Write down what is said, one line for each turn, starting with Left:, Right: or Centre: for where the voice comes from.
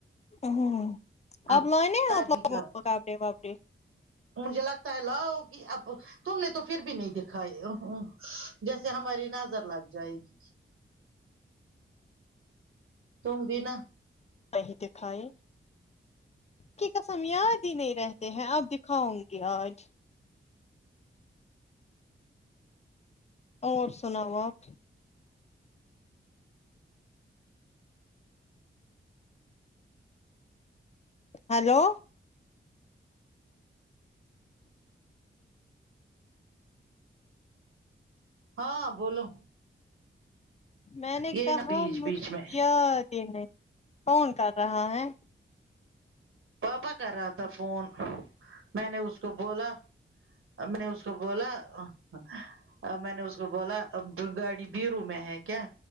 Left: او ہو آپ
Right: اب
Left: لائنے
Right: تبھی
Left: آپ لگ
Right: کر
Left: کاپڑے وپڑے
Right: مجھے لگتا ہے لوو گی اب تم نے تو پھر بھی نہیں دکھائے ا ا جیسے ہماری نظر لگ جائے گی تم بھی نا
Left: کہی دکھائی کہ کسم یاد ہی نہیں رہتی ہیں آپ دکھاؤں گی آج اور سناؤ آپ ہیلو
Right: ہاں بولو
Left: میں نے
Right: یہ
Left: کہا
Right: نا بیچ
Left: مجھ
Right: بیچ میں
Left: یاد ہی نہیں کون کر رہا ہے
Right: پاپا کر رہا تھا فون میں نے اس کو بولا امی نے اس کو بولا ا میں نے اس کو بولا اب گاڑی بیرو میں ہے کیا